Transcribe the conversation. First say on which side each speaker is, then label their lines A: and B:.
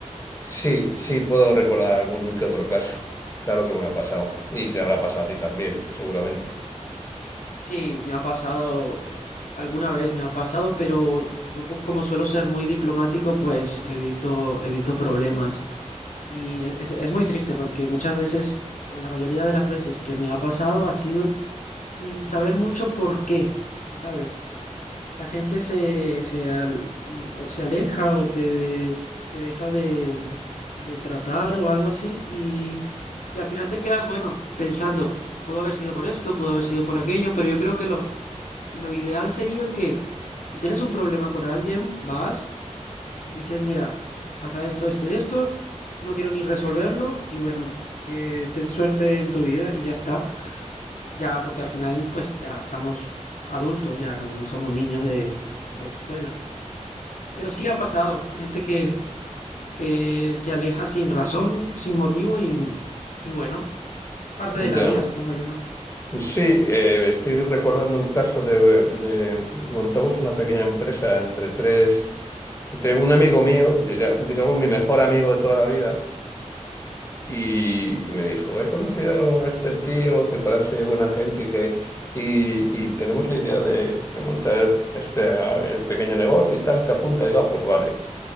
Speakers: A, on the left; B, on the left.
A: Sí, sí, puedo recordar algún que otro caso. Claro que me ha pasado. Y te habrá pasado a ti también, seguramente.
B: Sí, me ha pasado, eh, alguna vez me ha pasado, pero yo po- como suelo ser muy diplomático, pues evito, evito problemas. Y e- es, es muy triste porque muchas veces, o la mayoría de las veces que me ha pasado, ha sido sin saber mucho por qué, ¿sabes? La gente se, se, al- mm, o se aleja o te, de- te deja de, de tratar o algo así y, y al final te quedas, bueno, pensando, pudo haber sido por esto, pudo haber sido por aquello, pero yo creo que lo, lo ideal sería que si tienes un problema con alguien, vas, dices, mira, pasa esto, esto y esto, no quiero ni resolverlo y bueno, que te suerte en tu vida y ya está. Ya, porque al final, pues ya estamos adultos, ya no, no somos niños de, de escuela. Pero sí ha pasado, gente que, que se aleja sin razón, sin motivo y, y bueno, parte
A: Ya.
B: de la vida, supongo yo, ¿no?
A: Sí, eh, estoy recordando un caso de, de- montamos una pequeña empresa entre tres, entre un amigo mío, diría- digamos mi mejor amigo de toda la vida, y, y me dijo, he conocido a este tío que parece buena gente y que y, y tenemos la idea de, de montar este ah, el pequeño negocio y tal, te apunta, y digo, "Ah, pues vale.